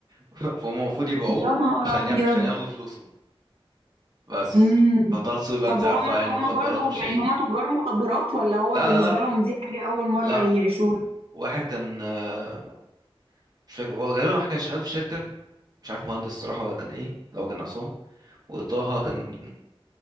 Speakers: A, on the right; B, on the right.
A: <laughs> فهم المفروض يبيعوه
B: يا نهار
A: عشان
B: ابيض
A: يا- عشان ياخدوا فلوسه بس
B: امم
A: فطه دسوقي بقى
B: طب
A: انت
B: وهما
A: عارفة يعني
B: هما
A: مخدرات
B: برضو
A: مش
B: يعني
A: هيجي
B: هما تجار مخدرات ولا هو
A: لا
B: بالنسبة
A: لا لا
B: لهم دي حاجة اول مرة
A: لا
B: يعيشوها
A: واحد كان آه، مش فاكر هو غالبا واحد كان شغال في شركة مش عارف مهندس الصراحة ولا كان ايه لو كان عصام وطه كان